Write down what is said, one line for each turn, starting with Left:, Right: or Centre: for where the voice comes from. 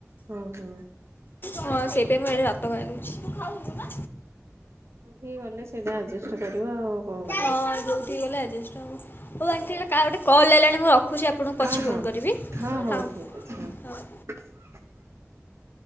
Right: ହଁ ହଁ। ହଁ
Left: ହଁ ସେପେଇଁ ମୁ ଏଠି ଭା <unintelligible> ତୁ ଖାଉନୁ ନା।
Right: ହେଇ ଗଲେ ସେଇଟା ଆଡଜଷ୍ଟ କରିବା ଆଉ କଣ କରିବା?
Left: ହଁ <unintelligible> କଲ୍ ଆଲାଣି ମୁଁ ରଖୁଛି ଆପଣଙ୍କୁ ପଛେ
Right: ହଁ ହଁ।
Left: ଫୋନ୍ କରିବି
Right: ହଁ
Left: ହଉ ହଉ।
Right: ଠିକ୍ ଅଛି <inaudible>